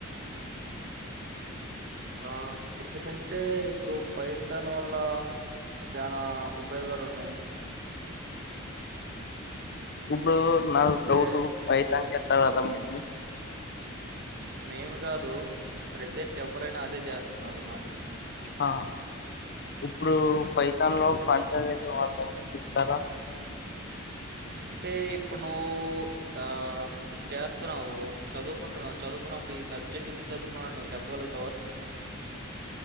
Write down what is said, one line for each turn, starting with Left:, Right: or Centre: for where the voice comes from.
Right: ఆ ఎందుకంటే ఇప్పుడు పైతన్ వల్ల చనా ఉపయోగాలు ఉన్నాయి
Left: ఇప్పుడు నా
Right: అంటే
Left: డౌట్ ఫైథాన్
Right: ఆ
Left: చెప్తాడు అతనికి ఉ
Right: మేము కాదు ప్రజెంట్ ఎవరైనా అదే చేస్తున్నారు నా తెస్
Left: ఆ ఇప్పుడు పైతాన్ లో ఫన్ అ ఇతారా
Right: అంటే ఇప్పుడు నువ్వు ఆ ఇది చేస్తున్నావు చదువుకుంటున్నావ్ చదువుకున్నప్పుడు ఈ సబ్జెక్ట్ ఎందుకు చదువుకున్నావు అని నువ్వు చెప్పగలుగుతావా